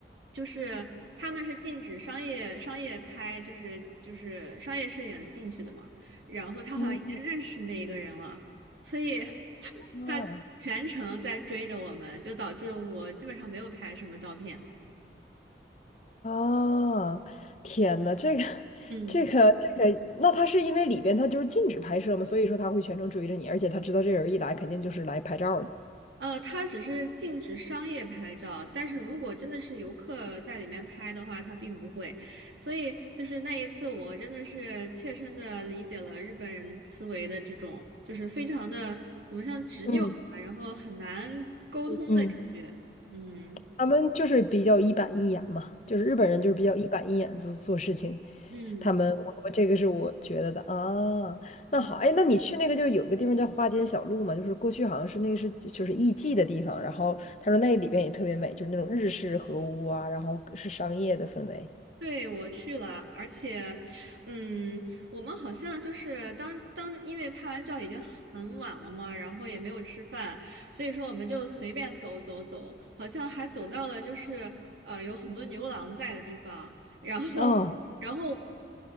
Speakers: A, on the right; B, on the left.
A: 就是他们是禁止商业商业拍，就是就是商业摄影进去的嘛，然后他好像已经认识那一个人了，
B: 嗯
A: 所以 <laughs>
B: 啊，
A: 他全程在追着我们，就导致我基本上没有拍什么照片。
B: 啊，天呐，这个
A: 嗯，
B: 这个这个，那他是因为里边他就是禁止拍摄嘛，所以说他会全程追着你，而且他知道这人一来肯定就是来拍照的。
A: 呃，它只是禁止商业拍照，但是如果真的是游客在里面拍的话，它并不会。所以就是那一次，我真的是切身的理解了日本人思维的这种，就是非常的怎么像执拗吧，
B: 嗯
A: 然后很难沟通的感觉。
B: 嗯。
A: 嗯
B: 他们就是比较一板一眼嘛，就是日本人就是比较一板一眼做做事情。
A: 嗯，嗯。
B: 他们，我我这个是我觉得的啊。
A: 嗯
B: 那好，哎，那你去那个就是有个地方叫花间小路嘛，就是过去好像是那个是就是艺妓的地方，然后他说那里边也特别美，就是那种日式和屋啊，然后是商业的氛围。
A: 对，我去了，而且，嗯，我们好像就是当当，因为拍完照已经很晚了嘛，然后也没有吃饭，所以说我们就随便走走走，好像还走到了就是呃有很多牛郎在的地方，然后。
B: 哦，
A: 然后。